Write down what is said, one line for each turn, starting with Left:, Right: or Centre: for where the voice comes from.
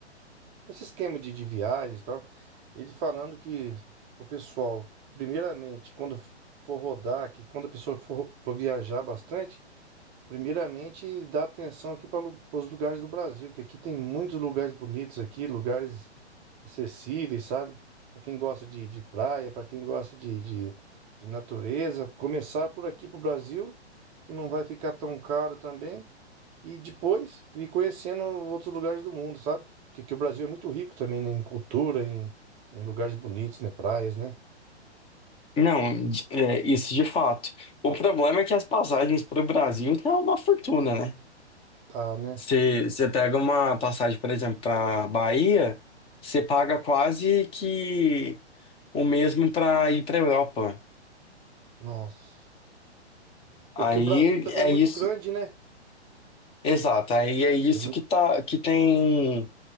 Right: esse esquema de, de viagens e tal, ele falando que o pessoal, primeiramente, quando for rodar, que quando a pessoa for, for viajar bastante, primeiramente dá atenção aqui para os lugares do Brasil, que aqui tem muitos lugares bonitos aqui, lugares acessíveis, sabe? Para quem gosta de, de praia, para quem gosta de, de, de natureza, começar por aqui para o Brasil, que não vai ficar tão caro também. E depois ir conhecendo outros lugares do mundo, sabe? Porque que o Brasil é muito rico também, né? Em cultura, em, em lugares bonitos, né? Praias, né?
Left: Não, de- é, isso de fato. O problema é que as passagens para o Brasil estão uma fortuna, né?
Right: Tá, né?
Left: Você você pega uma passagem, por exemplo, para Bahia, você paga quase que o mesmo para ir para Europa.
Right: Nossa.
Left: Aí
Right: É que o Brasil também
Left: é
Right: é muito
Left: isso,
Right: grande, né?
Left: exato. Aí é isso
Right: É muito...
Left: que tá, que tem